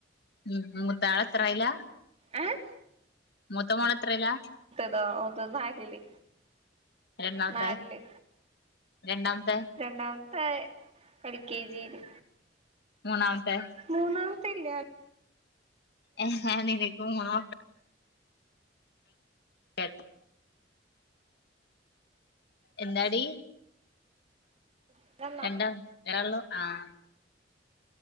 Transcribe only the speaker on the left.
ഉ മൂത്താള് എത്രായിലാ
മൂത്ത മോള് എത്രെലാ?
രണ്ടാമത്തെ
രണ്ടാമത്തെ
മൂന്നാമത്തെ
ഏ നിനക്ക് മൂന്നു മക്ക എട്ട എന്താടി
രണ്ട് മക്കളൊള്ളൂ ആഹ്